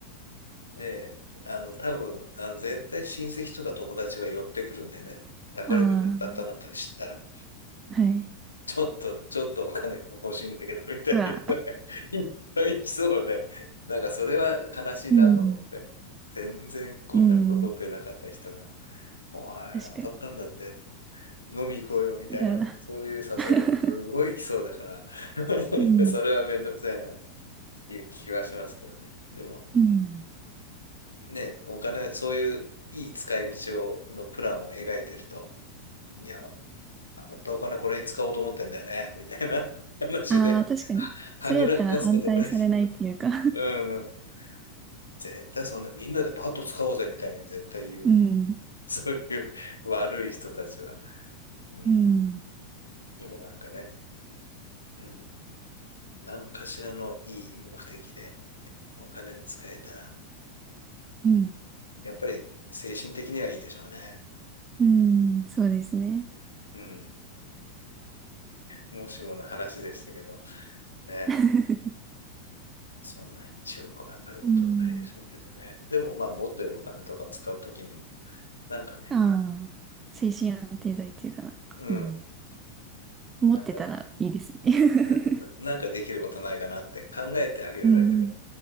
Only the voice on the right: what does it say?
ああ、はい。
うわ、
うん、
うん、
確か
に。いやだ。
<laughs> うん、
うん。
ああ、確かに。
それやったら反対されないっていうか
<laughs> うん、
うん、
うん、
うん、そうですね。
<laughs>
うん
ああ、精神安定剤っていうかな。
うん。持ってたらいいですね。
<laughs> うん。